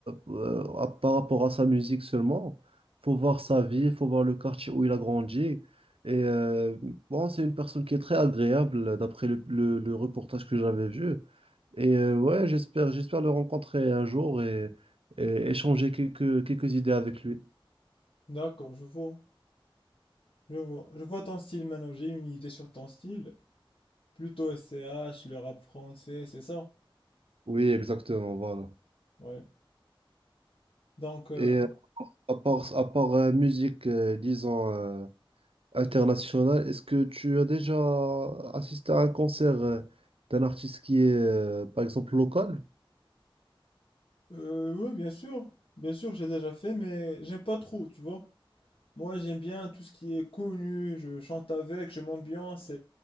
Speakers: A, on the right (about 85°); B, on the left (about 70°).
A: euh, à- par rapport à sa musique seulement. Faut voir sa vie, faut voir le quartier où il a grandi. Et euh, bon, c'est une personne qui est très agréable d'après le, le- le reportage que j'avais vu. Et euh, ouais, j'espère, j'espère le rencontrer un jour et, et échanger quelques, quelques idées avec lui.
B: D'accord, je vois. Je vois. Je vois ton style maintenant. J'ai une idée sur ton style. Plutôt SCH, le rap français, c'est ça?
A: Oui, exactement, voilà.
B: Ouais. Donc, euh,
A: Et euh, à part, à part euh, musique, euh, disons. international. Est-ce que tu as déjà assisté à un concert euh, d'un artiste qui est, euh, par exemple, local?
B: euh, oui, bien sûr. Bien sûr, j'ai déjà fait, mais j'aime pas trop, tu vois. Moi, j'aime bien tout ce qui est connu. Je chante avec, je m'ambiance.